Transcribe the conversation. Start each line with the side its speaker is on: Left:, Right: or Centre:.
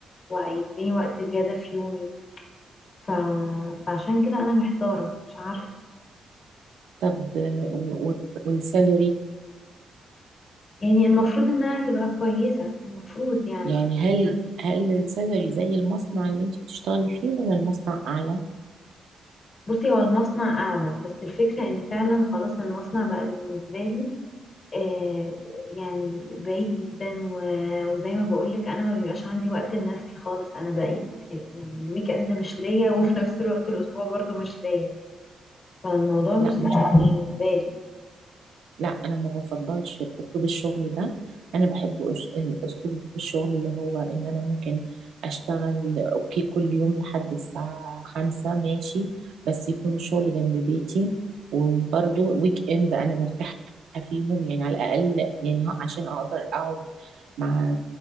Left: وهيديني وقت زيادة في يومي ف... فعشان كده انا محتارة مش عارفة
Right: طب آه، و- و- والسالري
Left: يعني المفروض انها تبقى كويسة المفروض يعني
Right: يعني هل هل السالري زي المصنع اللي انت بتشتغلي فيه ولا المصنع اعلى
Left: بصي هو المصنع اعلى بس الفكرة ان فعلا خلاص المصنع بقى بالنسبة لي آه يعني بعيد جدا و- وزي ما بقولك انا ما بيبقاش عندي وقت لنفسي خالص انا بقيت ال- يعني الويك اند مش ليا وفي نفس الوقت الاسبوع برضو مش ليا فالموضوع مش
Right: لا
Left: سهل بالنسبة لي
Right: لا انا ما بفضلش اسلوب الشغل ده انا بحب أس- اسلوب الشغل اللي هو ان انا ممكن اشتغل اوكي كل يوم لحد الساعة خمسة ماشي بس يكون الشغل جنب بيتي وبرضه ويك اند انا مرتاحة فيهم يعني على الاقل يعني ها- عشان اقدر اقعد مع